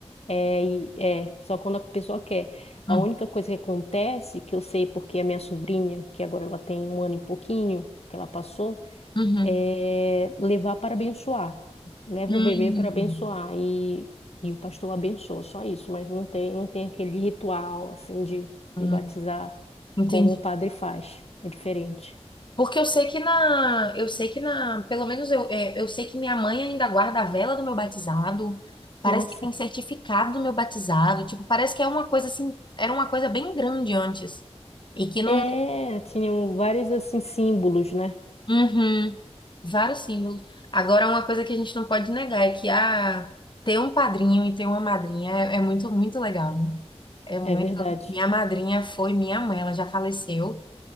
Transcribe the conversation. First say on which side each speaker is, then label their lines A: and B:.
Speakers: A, on the left; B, on the left.
A: é, e- é só quando a pessoa quer.
B: Hum,
A: A única coisa que acontece, que eu sei porque a minha sobrinha, que agora ela tem um ano e pouquinho, que ela passou,
B: Uhum.
A: é levar para abençoar. Leva
B: Hum,
A: o bebê para abençoar e, e o pastor abençoa, só isso. Mas não tem, não tem aquele ritual, assim, de,
B: hum,
A: de batizar
B: entendi.
A: como o padre faz. É diferente.
B: Porque eu sei que na, eu sei que na, pelo menos eu, é, eu sei que minha mãe ainda guarda a vela do meu batizado. Parece
A: Nossa.
B: que tem certificado do meu batizado. Tipo, parece que é uma coisa assim, era uma coisa bem grande antes. E que não,
A: É, tinham vários, assim, símbolos, né?
B: uhum, vários símbolos. Agora, uma coisa que a gente não pode negar é que ah, ter um padrinho e ter uma madrinha é, é muito, muito legal, né? É muito.
A: É verdade.
B: Minha madrinha foi minha mãe, ela já faleceu.